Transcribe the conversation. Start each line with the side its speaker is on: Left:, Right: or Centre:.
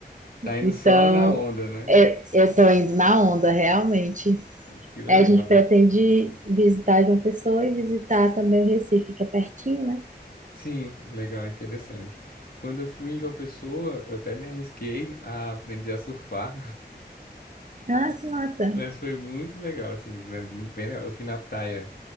Left: Tá indo
Right: Então,
Left: só na onda, né?
Right: é, eu estou indo na onda, realmente.
Left: Que legal.
Right: É, a gente pretende visitar João Pessoa e visitar também o Recife, que é pertinho, né?
Left: Sim, legal, interessante. Quando eu fui em João Pessoa, eu até me arrisquei a aprender a surfar.
Right: Ah, que massa!
Left: Mas foi muito legal, assim, foi bem legal. Eu fui na praia